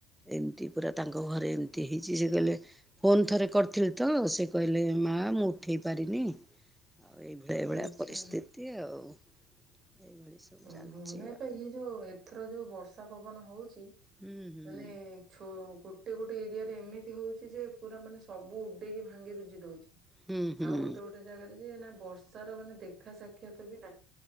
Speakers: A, in the centre; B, on the right.
A: ଏମିତି ପୁରା ତାଙ୍କ ଘରେ ଏମିତି ହେଇଛି ଯେ କହିବେ ଫୋନ୍ ଥରେ କରିଥିଲି ତ ସେ କହିଲେ ମା ମୁଁ ଉଠେଇ ପାରିନି ଆଉ ଏଇଭଳିଆ ଏଇଭଳିଆ
B: ଆଚ୍ଛା
A: ପରିସ୍ଥିତି ଆଉ ଏଇଭଳି ସବୁ
B: ଓ
A: ଚାଲିଛି
B: ହୋ ନାଇପା
A: ଆଉ
B: ଇଏ ଯୋଉ ଏଥର ଯୋଉ ବର୍ଷା ପବନ ହୋଉଚି
A: ହୁଁ ହୁଁ।
B: ମାନେ ଛ ଗୋଟେ ଗୋଟେ ଏରିଆରେ ଏମିତି ହେଉଚ ଯେ ପୁରା ମାନେ ସବୁ ଉଡେଇକି ଭାଙ୍ଗି ରୁଜି ଦୋଉଚି।
A: ହୁଁ ହୁଁ
B: ଆଉ ଗୋଟେ ଗୋଟେ ଜାଗାରେ ଯେ ନା ବର୍ଷାର ମାନେ ଦେଖା ସାକ୍ଷାତ ବି ନାହିଁ।